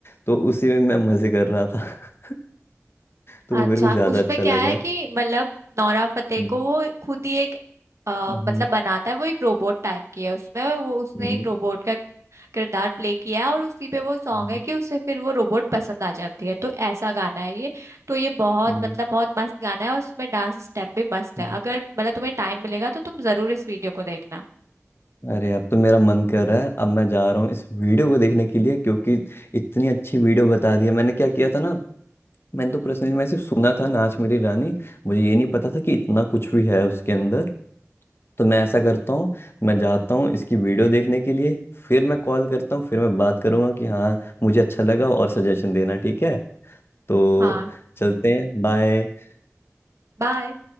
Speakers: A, on the left; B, on the right.
A: तो उसी में मैं मजे कर रहा था <laughs> तो
B: अच्छा
A: वो मेरे को ज्यादा
B: उसमें
A: अच्छा
B: क्या
A: लगा
B: है कि मतलब नोरा फतेही
A: हम्म
B: को वो खुद ही एक अ,
A: हम्म
B: मतलब बनाता है वो एक रोबोट टाइप की है उसमें वो उसने
A: हम्म
B: एक रोबोट का किरदार प्ले किया है और उसी पे वो सॉन्ग
A: हम्म
B: है कि उसे फिर वो रोबोट पसंद आ जाती है तो ऐसा गाना है ये तो ये बहुत
A: हम्म,
B: मतलब बहुत मस्त गाना है और उसमें डांस स्टेप भी मस्त
A: हम्म,
B: है अगर मतलब तुम्हें टाइम मिलेगा तो तुम जरूर इस वीडियो को देखना
A: अरे अब तो मेरा मन कर रहा है अब मैं जा रहा हूँ इस वीडियो को देखने के लिए क्योंकि इतनी अच्छी वीडियो बता दी है मैंने क्या किया था ना मैंने तो पर्सनली
B: हम्म,
A: मैं सिर्फ सुना था नाच मेरी रानी मुझे ये नहीं पता था कि इतना कुछ भी है उसके अंदर तो मैं ऐसा करता हूँ मैं जाता हूँ इसकी वीडियो देखने के लिए फिर मैं कॉल करता हूँ फिर मैं बात करूँगा कि हाँ मुझे अच्छा लगा और सजेशन देना ठीक है तो
B: हाँ
A: चलते हैं बाय
B: बाय